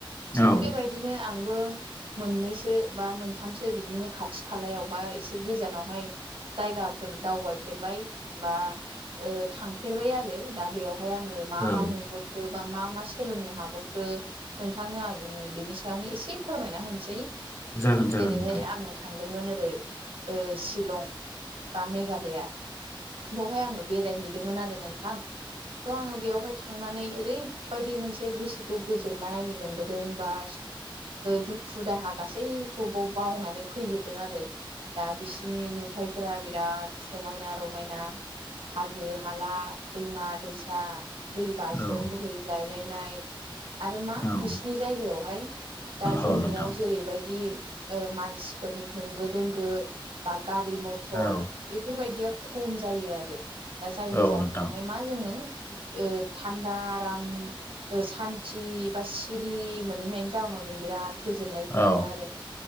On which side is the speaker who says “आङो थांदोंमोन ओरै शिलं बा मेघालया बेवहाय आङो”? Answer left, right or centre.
Right